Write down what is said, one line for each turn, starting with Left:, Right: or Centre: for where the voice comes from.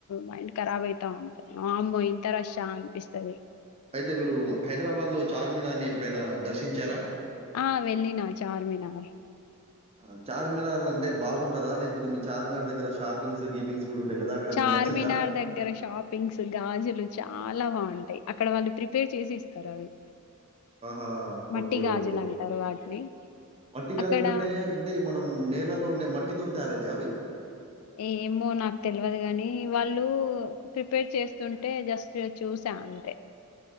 Left: మైండ్ కరబ్ అయితా ఉంటుది వామ్మో ఇంత రష్షా అనిపిస్తాది
Right: అయితే మీరు హైదరాబాద్ లో చార్మినార్నీ ఎప్పుడైనా దర్శించారా
Left: ఆ వెళ్ళిన చార్మినార్
Right: ఆ! చార్మినార్ అంటే బాగుంటదా లేకపోతే మీ చార్మినార్ దగ్గర షాపింగ్స్ గీపింగ్స్ కూడా ఉంటాయి కదా! అక్కడ
Left: చార్మినార్
Right: మీకు నచ్చిద్దా?
Left: దగ్గర షాపింగ్స్ గాజులు చాలా బాగుంటాయి అక్కడ వాళ్ళు ప్రిపేర్ చేసి ఇస్తారు అవి
Right: ఆహా
Left: మట్టి
Right: ఓకే
Left: గాజులు
Right: ఓకే
Left: అంటారు వాటిని
Right: మట్టి గాజులు
Left: అక్కడ
Right: అంటే అంటే మనం నేలలో ఉండే మట్టితో తయారైతా అవి
Left: ఏమో నాకు తెలవదు కాని వాళ్ళు ప్రిపేర్ చేస్తుంటే జస్ట్ చూసా అంతే